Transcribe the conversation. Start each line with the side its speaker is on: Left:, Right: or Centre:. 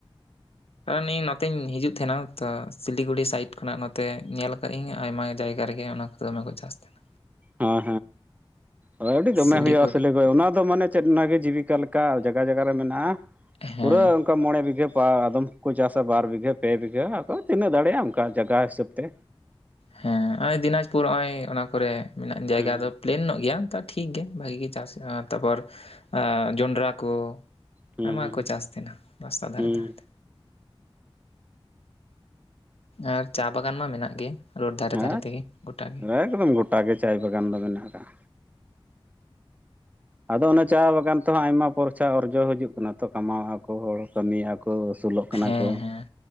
Left: ᱟᱨ ᱱᱤᱨ ᱱᱚᱛᱮᱧ ᱤᱧ ᱦᱤᱡᱩᱜ ᱛᱷᱮᱱᱟᱣ ᱛᱚ ᱥᱤᱞᱤᱜᱩᱲᱤ ᱥᱟᱭᱤᱰ ᱠᱷᱚᱱᱟᱜ ᱱᱚᱛᱮ ᱧᱮᱞ ᱟᱠᱟᱜ ᱟᱹᱧ ᱟᱭᱢᱟ ᱡᱟᱭᱜᱟ ᱨᱮᱜᱮ ᱚᱱᱟ ᱠᱚᱫᱚ ᱫᱚᱢᱮ ᱠᱚ ᱪᱟᱥᱮᱫ᱾ <inaudible>
Right: ᱦᱮᱸ ᱦᱮᱸ ᱟᱹᱰᱤ
Left: ᱥᱤᱞᱤᱜᱩᱲᱤ
Right: ᱫᱚᱢᱮ ᱦᱩᱭᱩᱜᱼᱟ, ᱥᱤᱞᱜᱚᱭ ᱚᱱᱟ ᱫᱚ ᱢᱟᱱᱮ ᱪᱮᱫ ᱚᱱᱟᱜᱮ ᱡᱤᱵᱤᱠᱟ ᱞᱮᱠᱟ ᱡᱟᱜᱟ ᱡᱟᱜᱟ ᱨᱮ ᱢᱮᱱᱟᱜᱼᱟ
Left: ᱦᱮᱸ
Right: ᱯᱩᱨᱟᱹ᱾ ᱚᱱᱠᱟ ᱢᱚᱬᱮ ᱵᱤᱜᱷᱟᱹ ᱵᱟ ᱟᱫᱚᱢ ᱠᱚᱠᱚ ᱪᱟᱥᱟ ᱵᱟᱨ ᱵᱤᱜᱷᱟᱹ ᱯᱮ ᱵᱤᱜᱷᱟᱹ ᱟᱫᱚ ᱛᱤᱱᱟᱹᱜ ᱫᱟᱲᱮᱭᱟᱜᱼᱟ, ᱚᱱᱠᱟ ᱡᱟᱜᱟ ᱦᱤᱥᱟᱹᱵ ᱛᱮ᱾
Left: ᱦᱮᱸ ᱱᱚᱜᱼᱚᱭ ᱫᱤᱱᱟᱡᱽᱯᱩᱨ ᱱᱚᱜᱼᱚᱭ ᱚᱱᱟ ᱠᱚᱨᱮ ᱢᱮᱱᱟᱜ ᱡᱟᱭᱜᱟ
Right: ᱦᱩᱸ
Left: ᱫᱚ᱾ ᱯᱞᱮᱱ ᱧᱚᱜ ᱜᱮᱭᱟ ᱛᱚ ᱴᱷᱤᱠ ᱜᱮ ᱵᱷᱟᱹᱜᱤ ᱜᱮ ᱪᱟᱥ ᱦᱩᱭᱩᱜ ᱟ ᱟᱨ ᱛᱟᱯᱚᱨ ᱡᱚᱱᱰᱨᱟ ᱠᱚ
Right: ᱦᱩᱸ
Left: ᱟᱭᱢᱟ ᱠᱚ ᱪᱟᱥ ᱛᱟᱦᱮᱱᱟ ᱨᱟᱥᱛᱟ ᱫᱷᱟᱨᱮ
Right: ᱦᱩᱸ
Left: ᱫᱷᱟᱨᱮᱛᱮ ᱟᱨ ᱪᱟ ᱵᱟᱜᱟᱱ ᱢᱟ ᱢᱮᱱᱟᱜ ᱜᱮ ᱨᱳᱰ ᱫᱷᱟᱨᱮ
Right: ᱦᱮᱸ
Left: ᱫᱷᱟᱨᱮ ᱛᱮᱜᱮ ᱜᱚᱴᱟ ᱜᱮ
Right: ᱮᱠᱫᱚᱢ ᱜᱚᱴᱟᱜ ᱜᱮ ᱪᱟᱭ ᱵᱟᱜᱟᱱ ᱫᱚ ᱢᱮᱱᱟᱜ ᱟᱠᱟᱫᱼᱟ ᱟᱫᱚ ᱚᱱᱟ ᱪᱟ ᱵᱟᱜᱟᱱ ᱛᱮᱦᱚᱸ ᱟᱭᱢᱟ ᱯᱚᱨᱪᱟ ᱚᱨᱡᱚ ᱦᱤᱡᱩᱜ ᱠᱟᱱᱟ ᱛᱚ ᱠᱟᱢᱟᱣᱟᱜᱼᱟᱚ ᱦᱚᱲ ᱠᱟᱹᱢᱤᱭᱮᱫᱼᱟ ᱠᱚ ᱟᱹᱥᱩᱞᱚᱜ ᱠᱟᱱᱟ
Left: ᱦᱮᱸ
Right: ᱠᱚ
Left: ᱦᱮᱸ